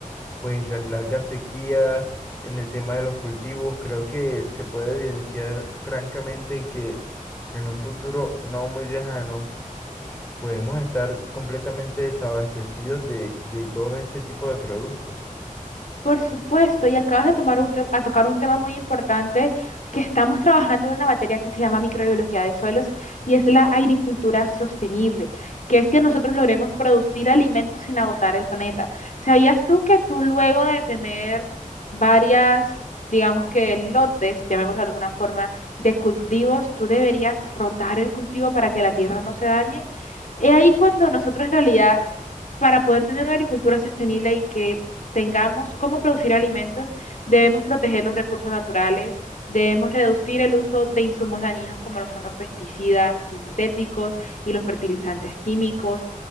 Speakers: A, on the left; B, on the left.
A: pues las largas sequías en el tema de los cultivos, creo que se puede evidenciar francamente que en un futuro no muy lejano podemos estar completamente desabastecidos de, de todo este tipo de productos.
B: Por supuesto, y acabas de tomar un te- a tocar un tema muy importante que estamos trabajando en una materia que se llama microbiología de suelos y es la agricultura sostenible, que es que nosotros logremos producir alimentos sin agotar el planeta. ¿Sabías tú que tú luego de tener varias, digamos que lotes, llamémoslo de alguna forma, de cultivos, tú deberías rotar el cultivo para que la tierra no se dañe? Es ahí cuando nosotros en realidad, para poder tener una agricultura sostenible y que tengamos cómo producir alimentos, debemos proteger los recursos naturales, debemos reducir el uso de insumos dañinos como lo son los pesticidas sintéticos y los fertilizantes químicos,